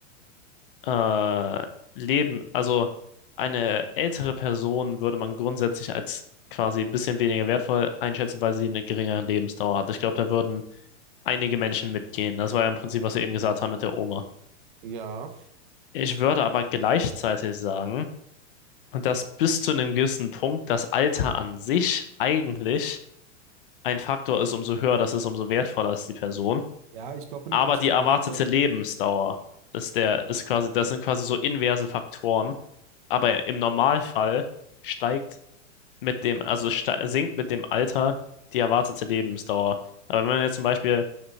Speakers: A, on the left (about 45°); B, on the right (about 40°).
A: äh, Leben, also eine ältere Person würde man grundsätzlich als quasi ein bisschen weniger wertvoll einschätzen, weil sie eine geringere Lebensdauer hat. Ich glaube, da würden einige Menschen mitgehen. Das war ja im Prinzip, was wir eben gesagt haben mit der Oma.
B: Ja,
A: Ich würde aber gleichzeitig sagen, dass bis zu einem gewissen Punkt das Alter an sich eigentlich ein Faktor ist, umso höher das ist, umso wertvoller ist die Person.
B: ja, ich glaube, wenn
A: Aber
B: ich jetzt
A: die
B: überlege,
A: erwartete Lebensdauer ist der, ist quasi, das sind quasi so inverse Faktoren. Aber im Normalfall steigt mit dem, also ste- sinkt mit dem Alter die erwartete Lebensdauer. Aber wenn man jetzt zum Beispiel,